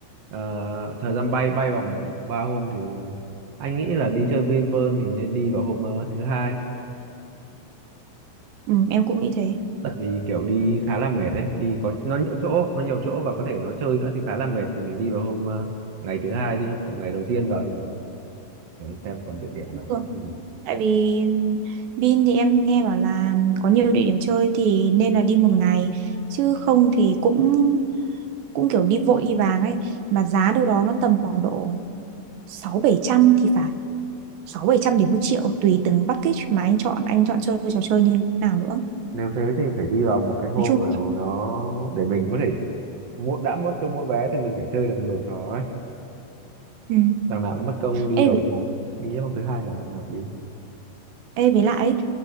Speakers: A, on the right; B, on the right.
A: ờ, thời gian bay bay vào ba hôm thì ờ, anh nghĩ là đi chơi Vinpearl thì nên đi vào hôm ờ, thứ hai
B: ừ, em cũng nghĩ thế
A: tại vì kiểu đi khá là mệt đấy đi có nó nhiều chỗ nó nhiều chỗ và có thể nó chơi nữa thì khá là mệt thì mình đi vào hôm ờ, ngày thứ hai đi còn ngày đầu tiên vào thì mình để xem còn địa điểm nào
B: Ừ.
A: nữa không
B: tại vì Vin thì em nghe bảo là có nhiều địa điểm chơi thì nên là đi một ngày chứ không thì cũng cũng kiểu đi vội đi vàng ấy mà giá đâu đó nó tầm khoảng độ sáu bảy trăm thì phải sáu bảy trăm đến một triệu tùy từng package mà anh chọn anh chọn chơi trò chơi như nào nữa
A: nếu thế thì phải đi vào một cái hôm
B: nói chung
A: mà nó để mình có thể mua đã mất cho mua vé thì mình phải chơi được nhiều trò ấy
B: ừ.
A: đằng nào cũng mất công đi
B: ê,
A: rồi
B: với-
A: thì anh nghĩ hôm thứ hai là hợp lý
B: ê với lại ấy,